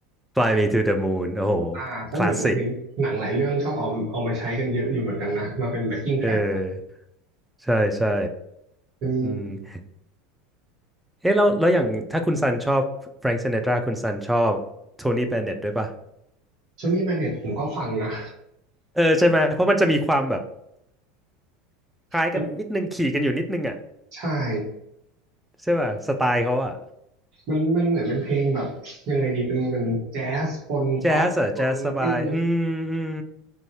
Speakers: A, in the centre; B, on the right (about 50°).
A: Fly Me to the Moon โอ้โห
B: อ่าเพราะเหมือนผมเห็นหนังหลายเรื่องชอบเอาเอามาใช้กันเยอะอยู่เหมือนกันนะมาเป็น
A: คลาสสิก
B: backing
A: เออ
B: track
A: ใช่ใช่
B: เป็น
A: อืมเอ๊ะแล้วแล้วอย่างถ้าคุณซันชอบแฟรง k ์ซิน t ตราคุณซันชอบโทนี่เบนเน็ตด้วยป่ะ
B: ช่วงนี้แบนเน็ตผมก็ฟังนะ
A: เออใช่ไหม เพราะมันจะมีความแบบคล้ายกันนิดนึงขี่กันอยู่นิดนึงอ่ะ
B: มันใช่
A: ใช่ป่ะสไตล์เขาอะ
B: มันมันเหมือนเป็นเพลงแบบยังไงดีเป็นเป็นแจ๊สปนป๊อปปนเออ
A: แจ๊สอะแจ๊สสบายอืมอืม